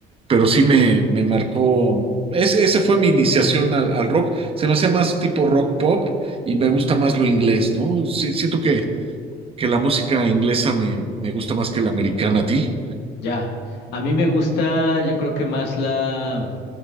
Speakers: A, on the right (about 35°); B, on the left (about 85°).
A: pero sí me, me marcó. Ese, ese fue mi iniciación al, al rock. Se me hacía más tipo rock pop y me gusta más lo inglés, ¿no? Sí, siento que, que la música inglesa me, me gusta más que la americana a ti.
B: ya. A mí me gusta, yo creo que más la...